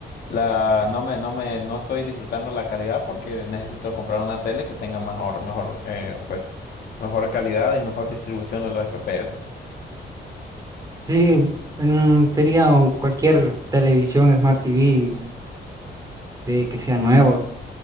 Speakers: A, on the left; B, on the right.
A: la, no me, no me, no estoy disfrutando la calidad porque necesito comprar una tele que tenga mejor, mejor, eh, pues, mejor calidad y mejor distribución de los FPS.
B: Sí, mm, sería un- cualquier televisión Smart TV de que sea nuevo,